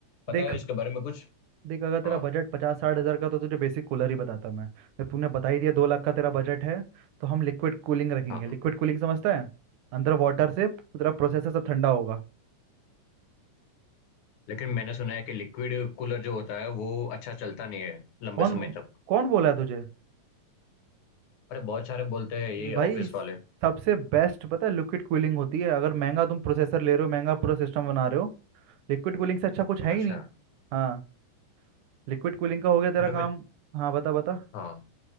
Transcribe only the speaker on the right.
देख
देख अगर तेरा
बजट पचास साठ हज़ार का तो तुझे बेसिक कूलर ही बताता मैं जब तूने बता ही दिया दो लाख का तेरा बजट है तो हम लिक्विड कूलिंग रखेंगे
लिक्विड कूलिंग समझता है अंदर वाटर से तेरा प्रोसेसर सब ठंडा होगा
कौन
बो-
कौन बोला है तुझे
भाई
सबसे बेस्ट पता है लिक्विड कूलिंग होती है अगर महंगा तुम प्रोसेसर ले रहे हो महंगा पूरा सिस्टम बना रहे हो लिक्विड कूलिंग से अच्छा कुछ है ही
नहीं हाँ लिक्विड कूलिंग का हो गया तेरा
काम हाँ बता बता